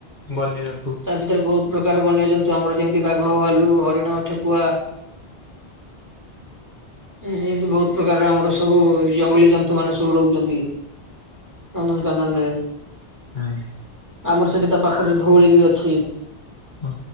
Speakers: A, on the left; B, on the right.
A: ବନ୍ୟଜନ୍ତୁ
B: ତା ଭିତରେ ବହୁତ ପ୍ରକାର ବନ୍ୟଜନ୍ତୁ ଆମର ଯେମିତି ବାଘ, ବାଲୁ, ହରିଣ, ଠେକୁଆ <inaudible> ଏମିତି ବହୁତ ପ୍ରକାର ଆମର ସବୁ ଜଙ୍ଗଲୀ ଜନ୍ତୁ ମାନ ସବୁ ରହୁଛନ୍ତି । ନନ୍ଦନ କାନନରେ
A: ହୁଁ <inaudible>
B: ଆମର ସେଠି ତା ପାଖରେ ଧଉଳି ବି ଅଛି,
A: ହଁ